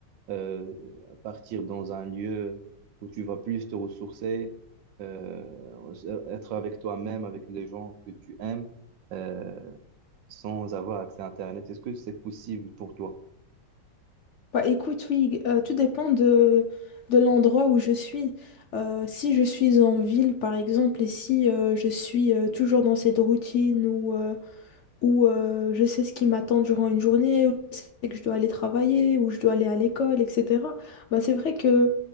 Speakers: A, on the right; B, on the left.
A: euh, partir dans un lieu où tu vas plus te ressourcer, euh, être avec toi-même, avec les gens que tu aimes, euh, sans avoir accès à Internet. Est-ce que c'est possible pour toi?
B: Bah, écoute, oui, euh, tout dépend de, de l'endroit où je suis. Euh, si je suis en ville, par exemple, et si euh, je suis euh, toujours dans cette routine où... euh, où euh, je sais ce qui m'attend durant une journée, où je sais que je dois aller travailler, où je dois aller à l'école, etc. Ben, c'est vrai que